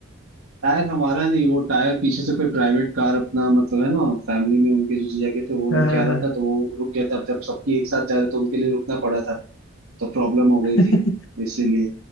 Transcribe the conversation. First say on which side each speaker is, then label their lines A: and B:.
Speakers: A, on the right; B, on the left.
A: टायर हमारा नहीं वो टायर पीछे से कोई प्राइवेट कार अपना मतलब है ना फैमिली में उनके जो जीजा के थे वो
B: हाँ
A: लेके
B: हाँ
A: आ रहा था तो वो रुक गया था अब जब सबकी एक साथ जा रहे तो उनके लिए रुकना पड़ा था तो प्रॉब्लम हो गई
B: हाँ
A: थी इसीलिए